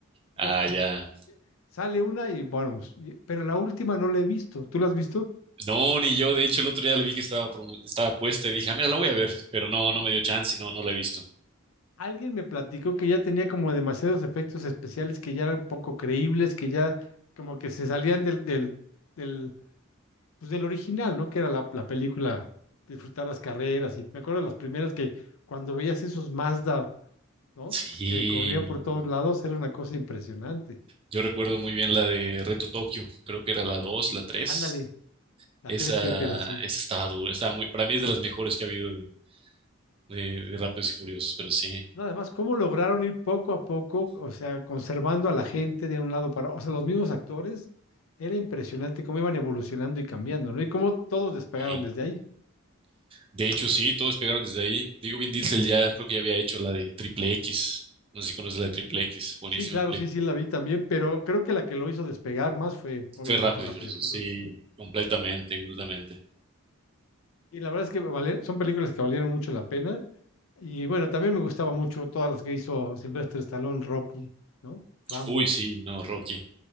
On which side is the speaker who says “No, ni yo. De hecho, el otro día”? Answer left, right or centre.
Right